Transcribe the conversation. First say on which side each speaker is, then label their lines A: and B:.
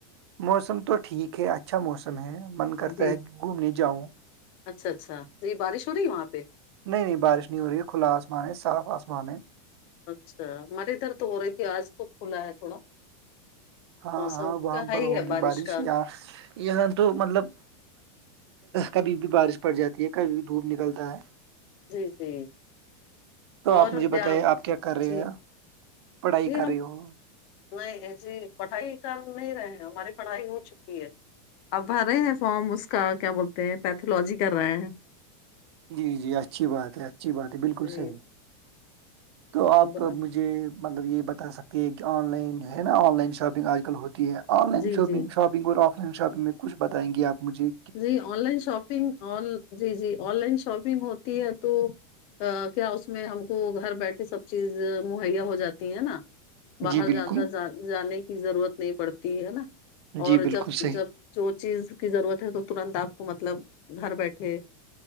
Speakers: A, on the right; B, on the left.
A: موسم تو ٹھیک ہے اھا اچھا موسم ہے من کرتا
B: جی
A: ہے کہ گھومنے جاؤں
B: اچھا اچھا جی بارش ہو رہی ہے وہاں پہ
A: نہیں نہیں بارش نہیں ہو رہی ہے کھلا آسمان ہے صاف آسمان ہے
B: اچھا ہمارے ادھر تو ہو رہی تھی آج تو کھلا ہے تھوڑا
A: ہاں
B: موسم
A: ہاں وہاں
B: تو ہے
A: پر
B: ہی
A: ہوگی
B: ہے
A: بارش
B: کا
A: یا یہاں تو مطلب کبھی بھی بارش پڑ جاتی ہے کبھی بھی دھوپ نکلتا ہے
B: جی جی
A: تو
B: اور
A: آپ مجھے
B: کیا
A: بتائیے آپ کیا کر رہے
B: جی
A: ہیں پڑھائی
B: جی
A: کر
B: ہم
A: رہی ہو
B: نہیں جی پڑھائی کر نہیں رہے ہماری پڑھائی ہو چکی ہے اب بھر رہے ہیں فارم اس کا کیا بولتے ہیں پیتھولوجی کر رہے ہیں
A: جی جی اچھی بات ہے اچھی بات ہے بالکل
B: جی
A: صحیح تو آپ
B: ب-
A: مجھے مطلب یہ بتا سکتے ہیں کہ آن لائن جو ہے نا آن لائن شاپنگ آج کل ہوتی ہے آن لائن
B: جی
A: شاپنگ
B: جی
A: شاپنگ اور آف لائن شاپنگ میں کچھتائیں گےپجھے
B: جی آن لائن شاپنگ آ جی جی آن لائن شاپنگ ہوتی ہے تو کیا اس میں ہم کو گھر بیٹھے سب چیز مہیا ہو جاتی ہے نا باہر
A: جی بالکل
B: جدا جانے کی ضرورت نہیں پڑتی ہے نا
A: جی
B: اور
A: بالکل
B: جب
A: صحیح
B: جب جو چیز کی ضرورت ہے تو ترنت آپ کو مطلب گھر بیٹھے